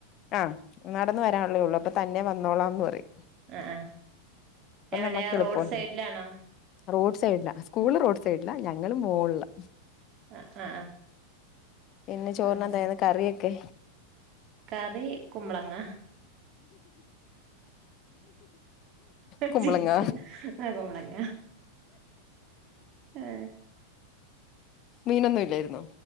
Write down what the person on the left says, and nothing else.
ആഹ് നടന്ന് വരാന്ള്ളേള്ളൂ. അപ്പം തന്നെ വ ന്നോളാംന്ന് പറയും.
അപ്പൊ
നമുക്ക് എളുപ്പമുണ്ട്
റോഡ് സൈഡിലാ സ്കൂള് റോഡ് സൈഡിലാ ഞ ങ്ങള് മോളിലാ.
പിന്നെ ചോറിനെന്തായിരുന്നു
കറിയൊക്കെ?
കുമ്പളങ്ങ
മീനൊന്നും ഇല്ലായിരുന്നോ